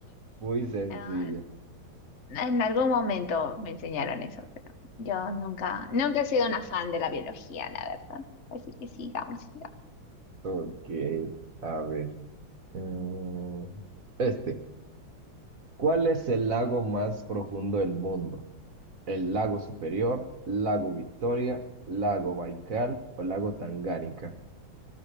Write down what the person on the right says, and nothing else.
Muy sencilla.
Ok, a ver. Mm, Este. ¿Cuál es el lago más profundo del mundo? ¿El lago Superior, lago Victoria, lago Baikal o lago Tangánica?